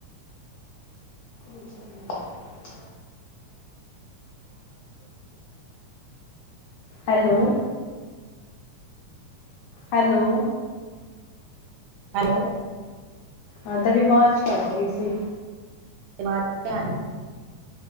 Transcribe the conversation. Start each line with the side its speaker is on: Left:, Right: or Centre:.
Left: <unintelligible> ਹੈਲੋ ਹੈਲੋ
Right: ਹੈਲੋ
Left: ਹਾਂ, ਤੁਹਾਡੀ ਵਾਜ ਕੱਟ ਰਹੀ ਸੀ।
Right: ਅਵਾਜ਼ ਨੀਂ ਆ ਰਹੀ।